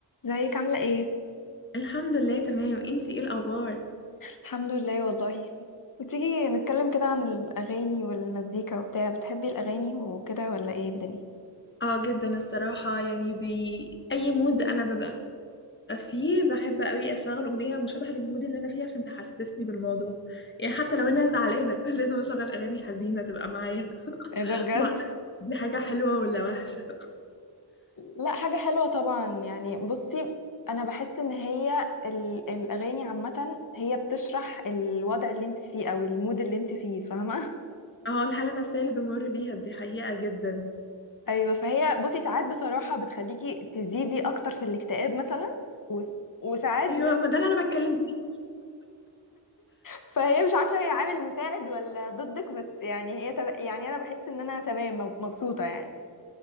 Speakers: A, on the left; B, on the left.
A: ازيك عاملة ايه؟
B: الحمد لله تمام انتي ايه الاخبار
A: الحمد لله والله وتيجي نتكلم كده عن الأغاني والمزيكا وبتاع بتحبي الأغاني وكده ولا ايه الدنيا؟
B: اه جدا الصراحة يعني بأي مود انا ببقى فيه بحب قوي اشغل اغنية مشابهة للمود اللي انا فيه عشان تحسسني بالموضوع يعني حتى لو انا زعلانة <laughs> لازم اشغل اغاني حزينة تبقى معايا <laughs>
A: ايه ده بجد
B: ما أعرف دي حاجة حلوة ولا وحشة
A: لا حاجة حلوة طبعا يعني بصي أنا بحس إن هي ال- الأغاني عامة هي بتشرح الوضع اللي انت فيه أو المود اللي انت فيه فاهمة؟
B: اه الحالة النفسية اللي بمر بيها دي حقيقة جدا
A: <laughs> أيوة فهي بصي ساعات بصراحة بتخليكي تزيدي أكتر في الاكتئاب مثلا و- وساعات
B: ايوه ما ده اللي انا بتكلم فيه
A: فهي مش عارفة هي عامل مساعد ولا ضدك بس يعني هي تب... يعني انا بحس ان انا تمام مب- مبسوطة يعني